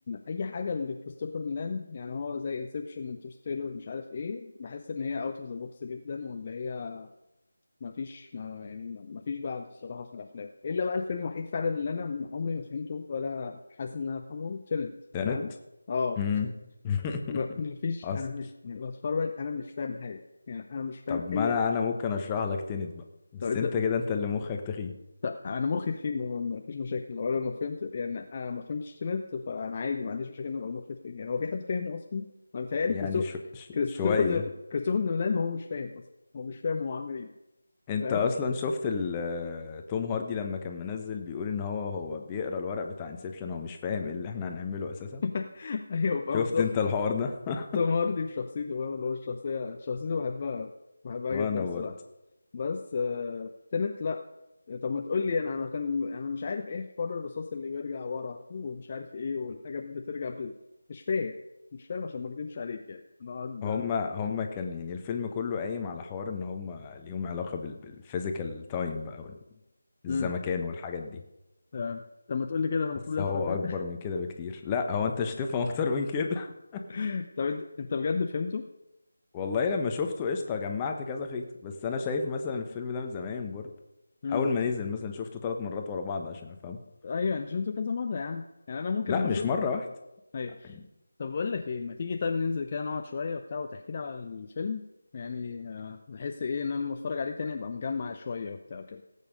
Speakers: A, on the left; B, on the left.
A: أي حاجة لكريستوفر نولان يعني هو زي انسبشن انترستيلر مش عارف ايه بحس إن هي اوت اوف ذا بوكس جدا وإن هي ما فيش ما يعني ما فيش بعد الصراحه في الافلام الا بقى الفيلم الوحيد فعلا اللي انا عمري ما فهمته ولا حاسس ان انا فاهمه تنت
B: تنت
A: فاهم اه
B: امم <laughs>
A: ب- ما فيش
B: اصل
A: انا مش يعني بتفرج انا مش فاهم حاجه يعني انا مش فاهم
B: طب ما
A: اي
B: انا انا ممكن اشرح لك تنت بقى بس
A: طب انت
B: انت كده انت اللي مخك تخين
A: طب انا مخي تخين ما ما فيش مشاكل لو انا ما فهمت يعني انا ما فهمتش تنت فانا عادي ما عنديش مشاكل ان ابقى مخي تخين يعني هو في حد فاهمه اصلا انا متهيألي
B: يعني
A: كريستو-
B: شو ش...
A: كريستوفر
B: شوية
A: نو- كريستوفر نولان هو مش فاهم اصلا هو مش فاهم هو عامل ايه
B: انت
A: فاهم
B: اصلا شفت ال- آه، توم هاردي لما كان منزل بيقول ان هو هو بيقرا الورق بتاع انسبشن هو مش فاهم ايه اللي احنا هنعمله اساسا
A: <laughs> ايوه فهمت
B: شفت انت الحوار ده <laughs>
A: توم هاردي بشخصيته فاهم اللي هو الشخصية شخصيته بحبها بحبها
B: وانا
A: جدا الصراحة
B: برضه
A: بس آه... تنت لا طب ما تقول لي انا انا كان انا مش عارف ايه حوار الرصاص اللي بيرجع ورا ومش عارف ايه والحاجات بترجع ب... مش فاهم مش فاهم عشان ما اكدبش عليك يعني انا اقعد
B: هما هما كان يعني الفيلم كله قايم على حوار ان هما ليهم علاقة بال- بالفيزيكال تايم بقى وال- الزمكان
A: امم
B: والحاجات دي
A: تمام طب ما تقول لي كده انا المفروض
B: بس
A: افهم
B: هو
A: ايه
B: اكبر من كده بكتير لا هو انت مش هتفهم <laughs> اكتر من كده
A: <laughs> طب انت انت بجد فهمته؟
B: <laughs> والله لما شفته قشطة جمعت كذا خيط بس انا شايف مثلا الفيلم ده من زمان برضه
A: امم
B: اول ما
A: ف-
B: نزل مثلا شفته ثلاث مرات ورا بعض عشان افهمه
A: ايوه انا شفته كذا مرة يا عم يعني انا ممكن
B: لا
A: اما
B: مش
A: اشوف
B: مرة واحدة
A: ايوه
B: يعني
A: طب بقول لك ايه ما تيجي طيب ننزل كده نقعد شويه وبتاع وتحكي لي على الفيلم يعني آه، بحس ايه ان انا لما اتفرج عليه تاني ابقى مجمع شويه وبتاع كده